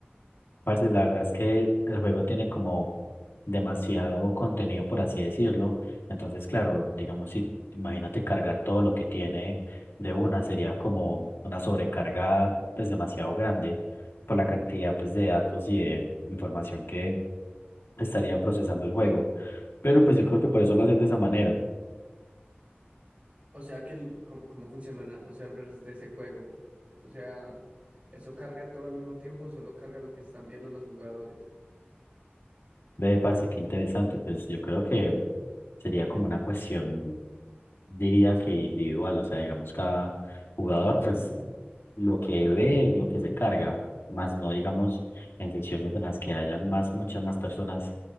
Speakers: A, on the left (about 75°); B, on the right (about 30°).
A: Parce, la verdad es que el juego tiene como demasiado contenido, por así decirlo. Entonces, claro, digamos, si imagínate cargar todo lo que tiene de una, sería como una sobrecarga pues demasiado grande por la cantidad pues de datos y de información que estaría procesando el juego. Pero pues yo creo que por eso lo hacen de esa manera.
B: O sea que el- cómo, cómo funcionarán los servers de ese juego. O sea, ¿eso carga todo al mismo tiempo o solo carga lo que están viendo los jugadores?
A: Ve, parce, qué interesante. Pues yo creo que sería como una cuestión. diría que individual, o sea, digamos, cada jugador, pues lo que ve es lo que se carga, más no, digamos, en sesiones en las que hayan más, muchas más personas,